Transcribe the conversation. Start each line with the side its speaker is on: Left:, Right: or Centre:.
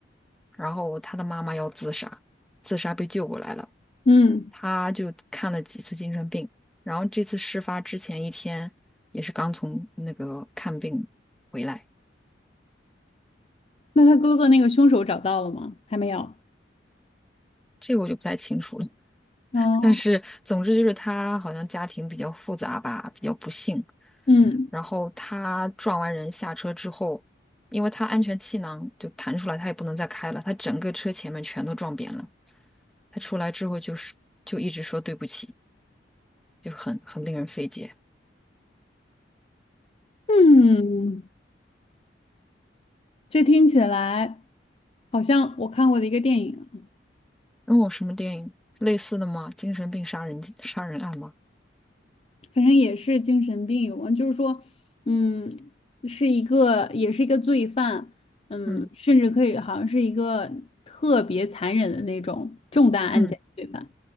Centre: 然后他的妈妈要自杀，自杀被救过来了，
Left: 嗯，
Centre: 他就看了几次精神病，然后这次事发之前一天也是刚从那个看病回来，
Left: 那他哥哥那个凶手找到了吗？还没有。
Centre: 这个我就不太清楚了，<laughs>
Left: 啊，
Centre: 但是总之就是他好像家庭比较复杂吧，比较不幸，
Left: 嗯
Centre: 然后他撞完人下车之后。因为他安全气囊就弹出来，他也不能再开了，他整个车前面全都撞扁了。他出来之后就是就一直说对不起，就很很令人费解。
Left: 嗯，这听起来好像我看过的一个电影
Centre: 哦，什么电影？类似的吗？精神病杀人杀人案吗？
Left: 反正也是精神病有关，就是说，嗯，是一个也是一个罪犯，嗯，
Centre: 嗯
Left: 甚至可以好像是一个特别残忍的那种重大案件罪犯。
Centre: 嗯